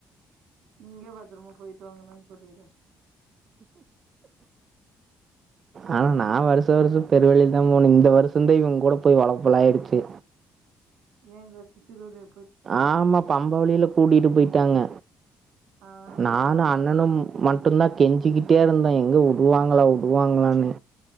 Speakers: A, on the right; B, on the right.
A: நீங்களே பத்தரமா போயிட்டு வாங்கண்ணான்னு சொல்லிரு
B: ஆனா நா வருஷா வருஷம் பெருவழிலதா போனே இந்த வருஷம்தா இவங்க கூட போய் ஒலப்பல்லாயிடுச்சு
A: ஏன் இந்த வருஷோ சிறு வழில
B: ஆமா பம்ப வழியில கூட்டிட்டு போயிட்டாங்க
A: ஆ
B: நானு
A: சொன்னார்
B: அண்ணனு
A: அண்ணா
B: மட் டுந்தா கெஞ்சிக்கிட்டே இருந்தோ எங்க வுடுவாங்களா வுடுவாங்களான்னு